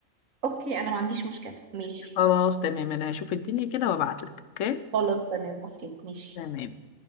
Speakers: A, on the right; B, on the left.
A: اوكي انا ما عنديش مشكلة ماشي
B: <laughs> خلاص تمام انا هشوف الدنيا كده وابعت لك اوكي
A: خلاص تمام اوكي ماشي
B: تمام